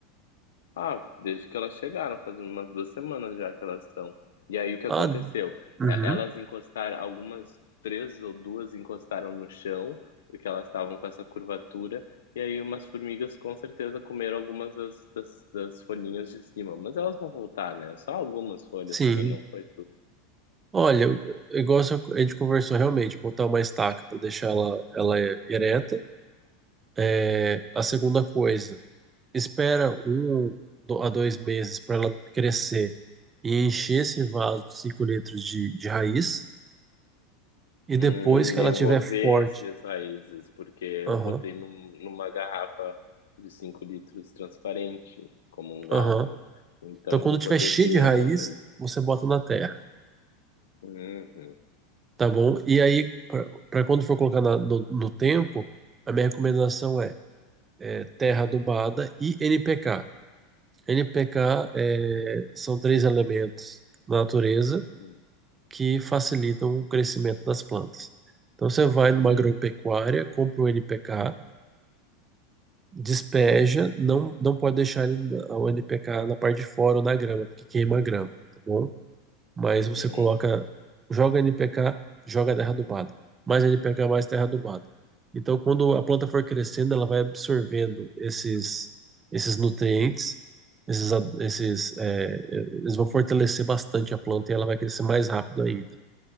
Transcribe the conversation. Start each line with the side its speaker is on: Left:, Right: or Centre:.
Left: Ah, desde que elas chegaram, faz umas duas semanas já que elas estão. E aí o que
Right: Ah,
Left: aconteceu?
Right: uhum.
Left: É, Elas encostaram, algumas três ou duas encostaram no chão, porque elas estavam com essa curvatura, e aí umas formigas com certeza comeram algumas das, das, das folhinhas de cima. Mas elas vão voltar, né? Só algumas folhas
Right: Sim.
Left: também, não foi
Right: Olha, eu- eu gosto a gente conversou realmente, botar uma estaca para deixar ela, ela ereta É, a segunda coisa, espera um do- a dois meses para ela crescer e encher esse vaso de 5 litros de, de raiz. E depois
Left: Hum,
Right: que ela
Left: eu
Right: tiver
Left: vou ver
Right: forte,
Left: esses raízes, porque eu
Right: aham,
Left: botei num- numa garrafa de 5 litros transparente, como um vaso.
Right: aham.
Left: Então
Right: Então, quando
Left: eu vou
Right: tiver
Left: poder
Right: cheio
Left: ver
Right: de raiz,
Left: as raízes.
Right: você bota na terra,
Left: Uhum,
Right: tá bom? E aí, para quando for colocar na- no, no tempo, a minha recomendação é, é terra adubada e NPK. NPK é, são três elementos na natureza
Left: uhum,
Right: que facilitam o crescimento das plantas. Então você vai numa agropecuária,
Left: sim,
Right: compra um NPK, despeja, não, não pode deixar ele, na- o NPK na parte de fora ou na grama, porque queima a grama, tá bom? Mas você
Left: uhum.
Right: coloca, joga NPK, joga terra adubada, mais NPK, mais terra adubada. Então quando a planta for crescendo, ela vai absorvendo esses, esses nutrientes, esses, a- esses, é, eles vão fortalecer bastante a planta e ela vai crescer mais rápido ainda.